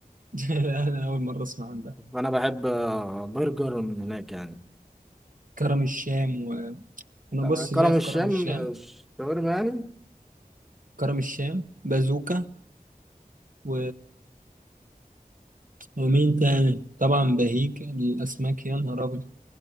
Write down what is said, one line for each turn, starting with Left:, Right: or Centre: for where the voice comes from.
Right: <laughs> لا انا اول مره اسمع عن ده
Centre: فانا بحب آه، برجر من هناك يعني
Right: كرم الشام وانا
Centre: آه
Right: بص
Centre: كرم
Right: ليا في
Centre: الشام
Right: كرم الشام
Centre: آه، شاورما يعني
Right: كرم الشام بازوكا و... ومين تاني طبعا بهيج الاسماك يا نهار ابيض